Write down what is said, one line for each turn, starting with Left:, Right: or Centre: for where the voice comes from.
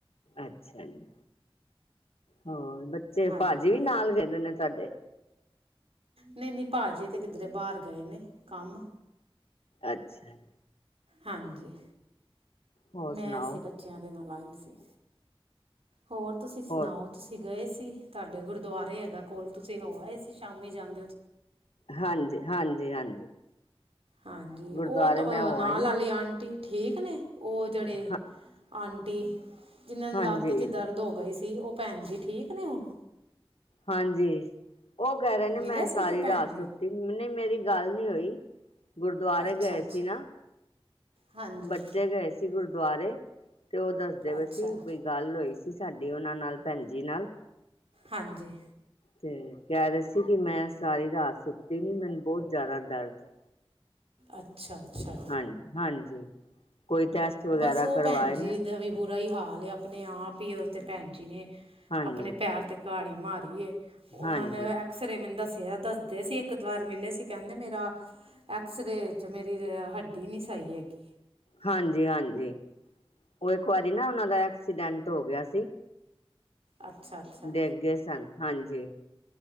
Left: ਅੱਛਾ ਜੀ, ਹੋਰ ਬੱਚੇ,
Right: ਹਾਂਜੀ
Left: ਭਾਜੀ ਵੀ ਨਾਲ ਗਏ ਦੇ ਨੇ ਤੂਆਡੇ?
Right: ਨਈ-ਨਈ ਭਾਜੀ ਤੇ ਕਿੱਦਰੇ ਬਾਰ ਗਏ ਨੇ, ਕਾੰਮ।
Left: ਅੱਛਾ ਜੀ।
Right: ਹਾਂਜੀ।
Left: ਹੋਰ ਸੁਣਾਓ
Right: ਮੈਂ ਸੀ ਬੱਚੇਆਂ ਦੇ ਨਾਲ ਆਈ ਸੀ, ਹੋਰ ਤੂਸੀ ਸੁਨਾਓ?
Left: ਹੋਰ
Right: ਤੁਸੀਂ ਗਏ ਸੀ, ਤੂਆਡੇ ਗੁਰਦੁਆਰੇ ਹੈਗਾ ਕੋਲ, ਤੂਸੀ ਹੋ ਆਏ ਸੀ ਸ਼ਾਮੀ ਜਾਨ
Left: ਹਾਂਜੀ, ਹਾਂਜੀ, ਹਾਂਜੀ।
Right: ਹਾਂਜੀ,
Left: ਗੁਰਦੁਆਰੇ
Right: ਓ ਤ
Left: ਮੈਂ ਹੋ
Right: ਨਾਲ
Left: ਆਈ
Right: ਆਲੀ ਆਂਟੀ ਠੀਕ ਨੇ, ਓ ਜੇੜੇ
Left: ਹਾਂ
Right: ਆਂਟੀ ਜਿਨਾਂ ਨੂ
Left: ਹਾਂਜੀ
Right: ਲਾੱਤ ਇਚ ਦਰਦ ਹੋ ਗਈ ਸੀ, ਓ ਭੈਨ ਜੀ ਠੀਕ ਨੇ ਹੁਣ?
Left: ਹਾਂਜੀ, ਓ ਕੈ ਰੇ ਨੇ
Right: ਮਿਲੇ
Left: ਮੈਂ
Right: ਸੀ
Left: ਸਾਰੀ
Right: ਜੇ ਭੈਣ
Left: ਰਾਤ
Right: ਜੀ
Left: ਸੁੱਤ ਤੀ, ਨੀ ਮੇਰੀ ਗਾੱਲ ਨੀ ਹੋਈ, ਗੁਰਦੁਆਰੇ
Right: ਅੱਛਾ
Left: ਗਏ
Right: ਅੱਛਾ
Left: ਸੀ ਨਾ
Right: ਹਾਂਜੀ
Left: ਬੱਚੇ ਗਏ ਸੀ ਗੁਰਦੁਆਰੇ, ਤੇ ਓ ਦੱਸਦੇ ਪਏ
Right: ਅੱਛਾ
Left: ਸੀ ਬਈ ਗਾੱਲ ਹੋਈ ਸੀ ਸਾਡੀ, ਓਨਾਂ ਨਾਲ ਭੈਨ ਜੀ ਨਾਲ
Right: ਹਾਂਜੀ।
Left: ਤੇ ਕੈ ਰੇ ਸੀ ਕਿ ਮੈਂ ਸਾਰੀ ਰਾਤ ਸੁੱਤੀ ਨੀ, ਮੈਨ ਬੋਤ ਜਾਦਾ ਦਰਦ ਏ।
Right: ਅੱਛਾ-ਅੱਛਾ।
Left: ਹਾਂਜੀ ਹਾਂਜੀ, ਕੋਈ ਟੈਸਟ ਵਗੈਰਾ
Right: ਬਸ ਉਹ
Left: ਕਰਵਾਏ
Right: ਭੈਣ ਜੀ
Left: ਨੇ?
Right: ਦਾ ਵੀ ਬੁਰਾ ਈ ਹਾਲ ਏ, ਅਪਨੇ ਆਪ ਈ ਓ ਤੇ ਭੈਨ ਜੀ ਨੇ
Left: ਹਾਂਜੀ
Right: ਅਪਨੇ ਪੈਰ ਤੇ ਕ੍ਹਾੜੀ ਮਾਰੀ ਏ, ਓਨਾਂ
Left: ਹਾਂਜੀ
Right: ਨੇ ਐ ਅਐਕਸਰੇ ਮੈਨ ਦੱਸੇਐ, ਦੱਸਦੇ ਸੀ ਏੱਕ ਦਵਾਰ ਮਿਲੇ ਸੀ, ਕੈਂਦੇ ਮੇਰਾ ਐਕਸਰੇ ਚ ਮੇਰੀ ਅ ਹੱਡੀ ਨੀ ਸਈ ਹੈਗੀ।
Left: ਹਾਂਜੀ-ਹਾਂਜੀ, ਓ ਇੱਕ ਵਾਰੀ ਨਾ ਓਨਾਂ ਦਾ ਐਕਸੀਡੈਂਟ ਹੋ ਗਿਆ ਸੀ।
Right: ਅੱਛਾ ਅੱਛਾ
Left: ਡਿੱਗ ਗਏ ਸਨ ਹਾਂਜੀ